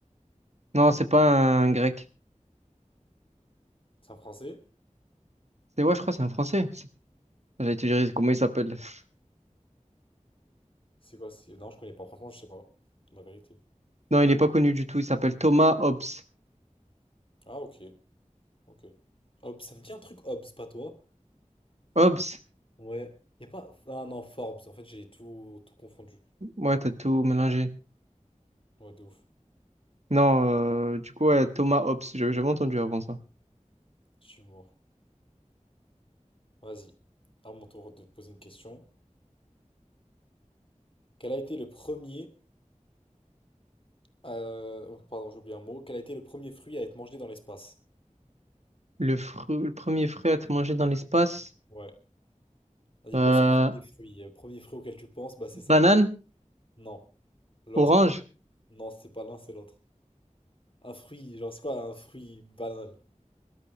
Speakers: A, on the right (about 60°); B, on the left (about 45°).
A: Non, c'est pas un grec.
B: C'est un français?
A: C'est ouais, je crois que c'est un français. C'est- J'allais te dire comment il s'appelle. <laughs>
B: C'est quoi? c'est- Non, je connais pas. Franchement, je sais pas. La vérité.
A: Non, il est pas connu du tout. Il s'appelle Thomas Hobbes.
B: Ah, ok. Ok. Hobbes, ça me dit un truc, Hobbes, pas toi?
A: Hobbes?
B: Ouais. Y a pas. Ah non, Forbes. En fait, j'ai tout, tout confondu.
A: Ouais, t'as tout mélangé.
B: Ouais, de ouf.
A: Non, euh, du coup, ouais, Thomas Hobbes, j'avais jamais entendu avant ça.
B: Je suis mort. Vas-y, à mon tour de te poser une question. Quel a été le premier... euh, oh, Pardon, j'ai oublié un mot. Quel a été le premier fruit à être mangé dans l'espace?
A: Le fru- le premier fruit à être mangé dans l'espace,
B: Ouais. Vas-y,
A: euh,
B: pense au premier fruit. Le premier fruit auquel tu penses, bah c'est ça.
A: banane,
B: Non. L'autre.
A: orange,
B: Non, c'est pas l'un, c'est l'autre. Un fruit, genre c'est quoi un fruit banal?